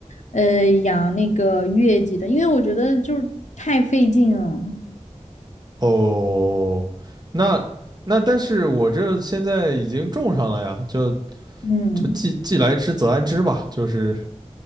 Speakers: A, on the left; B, on the right.
A: 呃，养那个月季的，因为我觉得就是太费劲了。
B: 哦，那那但是我这现在已经种上了呀，就
A: 嗯。
B: 就既既来之则安之吧，就是